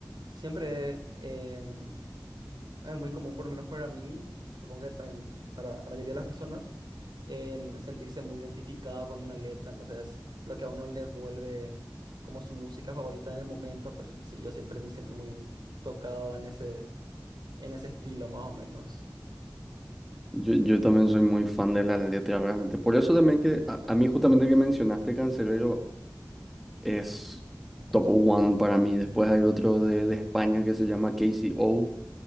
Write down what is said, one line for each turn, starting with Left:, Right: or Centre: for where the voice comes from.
Right: Siempre em, es muy común, por lo menos para mí, supongo que también para la mayoría de las personas, en sentirse muy identificado con una letra. Entonces, lo que a uno le vuelve como su música favorita en el momento, por decirlo así, yo siempre me siento muy tocado en ese, en ese estilo, más o menos.
Centre: Yo, yo también soy muy fan de la letra realmente. Por eso también que a, a mí justamente que mencionaste Cancerbero es top one para mí. Después hay otro de, de España que se llama K C O